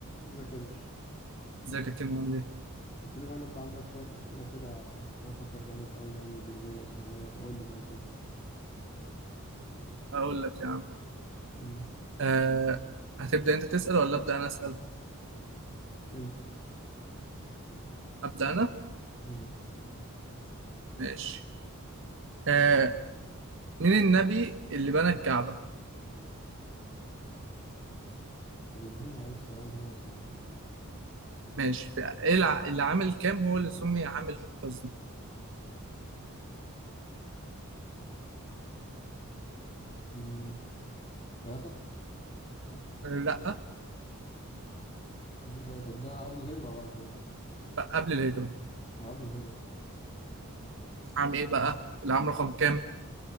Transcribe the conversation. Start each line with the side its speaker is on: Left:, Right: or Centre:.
Left: ازيك يا درش
Right: ازيك يا كيمو عامل ايه؟
Left: قلت لي بقى ان انت عندك شويه اسئله كده عشان افكر جامد قوي يعني دينيه واسلاميه فقول لي بقى يا سيدي
Right: هقول لك يا عم
Left: مم.
Right: أه هتبدأ انت تسأل ولا أبدأ انا أسأل؟
Left: انت
Right: أبدأ انا؟
Left: مم.
Right: ماشي أه مين النبي اللي بنى الكعبة؟
Left: ابراهيم عليه السلام هو اسماعيل
Right: ماشي في ايه الع... اللي عامل كام هو اللي سمي عام الحزن؟
Left: مم. ثلاثه
Right: آه، لا
Left: د- آه، طب ده قبل الهجره ولا بعد الهجره؟
Right: بقى قبل الهجرة
Left: ما قبل الهجره أهو.
Right: عام ايه بقى؟ العام رقم كام؟